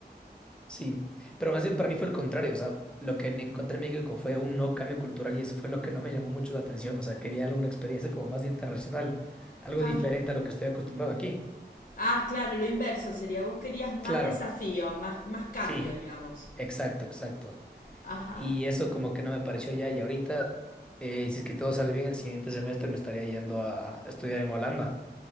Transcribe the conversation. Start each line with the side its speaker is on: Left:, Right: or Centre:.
Centre: Sí, pero más bien para mí fue el contrario, o sea, lo que encontré en México fue un no cambio cultural y eso fue lo que no me llamó mucho la atención, o sea, quería una experiencia como más internacional, algo
Left: Ah.
Centre: diferente a lo que estoy acostumbrado aquí.
Left: Ah, claro, lo inverso sería, vos querías más
Centre: Claro,
Left: desafío, más, más cambio,
Centre: sí,
Left: digamos.
Centre: exacto, exacto.
Left: Ajá.
Centre: Y eso como que no me pareció allá y ahorita, eh, si es que todo sale bien el siguiente semestre me estaría yendo a estudiar en Holanda.